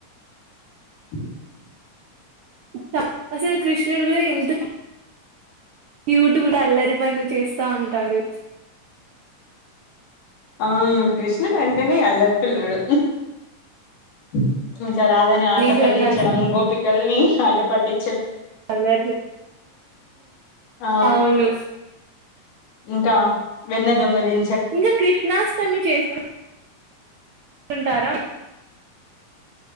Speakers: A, on the left (about 85°); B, on the right (about 70°).
A: <inaudible>
B: తక్ అసలు కృష్ణుడు కూడా ఎంత క్యూ క్యూట్ కూడా అల్లరి పనులు చేస్తా ఉంటారు <inaudible>
A: ఆ కృష్ణుడంటేనే అల్లరి పిల్లోడు ఇనో అడిబుల్ ఇంకా రాదని ఆట
B: నిజంగా
A: పట్టించడం గోపికల్ని ఆట పట్టి
B: అల
A: ఆ
B: అవును
A: ఇంకా వెన్నె దొంగలిని
B: ఇంకా కృష్ణాష్టమి చేస్కున చకుంటారా